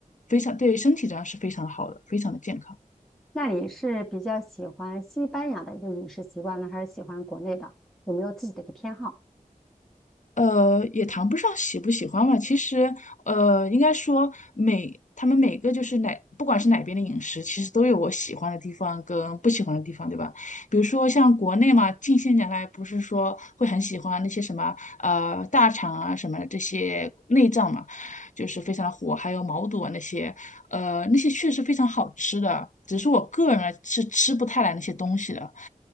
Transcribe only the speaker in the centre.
那你是比较喜欢西班牙的一个饮食习惯呢，还是喜欢国内的？有没有自己的一个偏好？